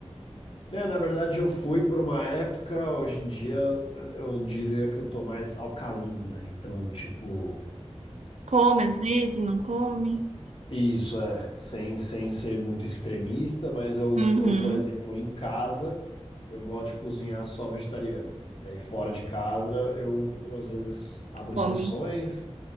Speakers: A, on the left; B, on the right.
A: né na verdade, eu fui por uma época, hoje em dia eu diria que eu tô mais alcalino, né? Então, tipo,
B: Come às vezes, não come?
A: Isso é, sem, sem ser muito extremista, mas eu,
B: Uhum,
A: eu, por exemplo, em casa, eu gosto de cozinhar só vegetariano. E aí fora de casa, eu, eu às vezes abro
B: come.
A: sessões